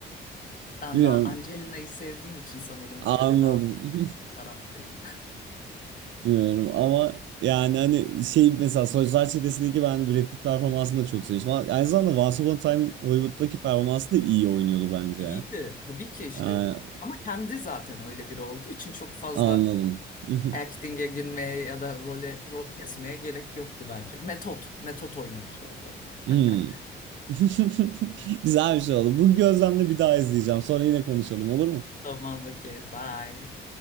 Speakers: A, on the left; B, on the right.
A: Ben
B: Bilmiyorum.
A: daha Angelina'yı sevdiğim için sanırım
B: Anladım.
A: böyle daha o taraftayım.
B: <laughs> Bilmiyorum ama yani hani şey mesela Soyuzlar Çetesi'ndeki ben Brad Pitt performansını da çok sevmiştim. Ama Aynı zamanda Once Upon a Time in Hollywood'daki performansı da iyi oynuyordu bence
A: İyiydi
B: ya.
A: tabii ki işte.
B: Yani,
A: Ama kendi zaten öyle biri olduğu için çok fazla
B: anladım. <laughs>
A: acting'e girmeye ya da role rol kesmeye gerek yoktu bence. Metot, metot oynamış orada. o.
B: Hmm.
A: <laughs>
B: <laughs> Güzel bir şey oldu. Bu gözlemle bir daha izleyeceğim. Sonra yine konuşalım olur mu?
A: Tamam, okey, bye.